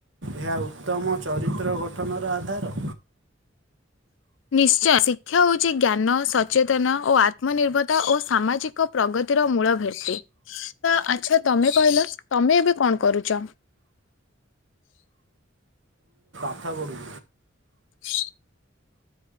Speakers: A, on the right (about 65°); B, on the left (about 70°).
A: ଏହା ଉତ୍ତମ ଚରିତ୍ର ଗଠନର ଆଧାର।
B: ନିଶ୍ଚୟ ଶିକ୍ଷା ହୋଉଚି ଜ୍ଞାନ ସଚେତନ ଓ ଆତ୍ମନିର୍ଭରତା ଓ ସାମାଜିକ ପ୍ରଗତିର ମୂଳ ଭେଟି। ତ ଆଚ୍ଛା ତମେ କହିଲ ତମେ ଏବେ କଣ କରୁଚ?
A: ଥା ପଡୁଚ।
B: <inaudible>